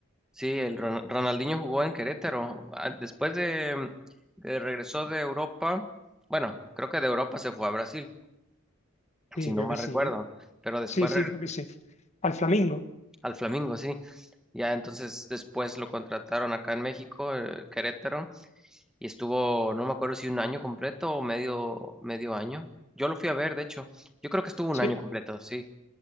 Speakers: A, in the centre; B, on the left.
A: Sí, el Ron- Ronaldinho jugó en Querétaro. Ah, Después de mm, que regresó de Europa, bueno, creo que de Europa se fue a Brasil,
B: sí,
A: si no
B: creo
A: mal
B: que sí.
A: recuerdo. Pero después
B: Sí, sí,
A: re-
B: creo que sí. Al Flamingo,
A: al Flamengo, sí. Ya entonces después lo contrataron acá en México, eh, Querétaro. y estuvo, no me acuerdo si un año completo o medio, medio año. Yo lo fui a ver, de hecho, yo creo que estuvo un
B: sí,
A: año completo, sí.